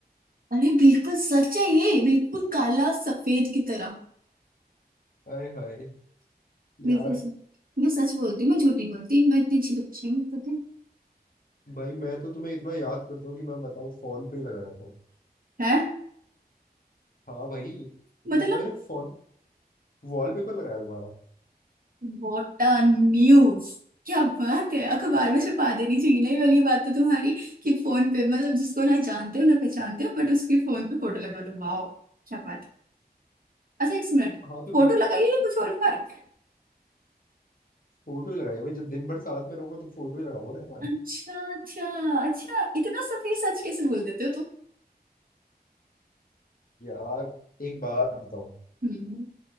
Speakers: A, on the right; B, on the left.
A: अरे बिल्कुल सच है ये बिल्कुल काला सफेद की तरह
B: आए हाय
A: बिल्कुल
B: यार
A: सच मैं सच बोलती हूँ मैं झूठ नहीं बोलती मैं इतनी अच्छी बच्ची हूँ पता
B: भाई मैं तो तुम्हें इतना याद करता हूँ कि मैं बताऊँ फोन पे ही लगा रहता हूँ
A: है हैं?
B: हाँ भाई
A: मतलब
B: तुम- मैंने फोन वॉलपेपर लगाया तुम्हारा
A: वोटा न्यूज क्या बात है अखबार में छपा देनी चाहिए नहीं वाली ये बात तो तुम्हारी कि फोन पे मतलब जिसको ना जानते हो ना पहचानते हो बट उसके फोन पे फोटो लगा दो वाओ क्या बात है अच्छा एक मिनट
B: हाँ तो
A: फोटो लगाइए या कुछ और लगा रखा है?
B: फोटो ही लगाई भाई जब दिन भर साथ में रहूंगा तो फोटो ही लगाऊंगा ना यार
A: अच्छा अच्छा अच्छा इतना सफेद सच कैसे बोल देते हो तुम
B: यार एक बात बताओ
A: हम्म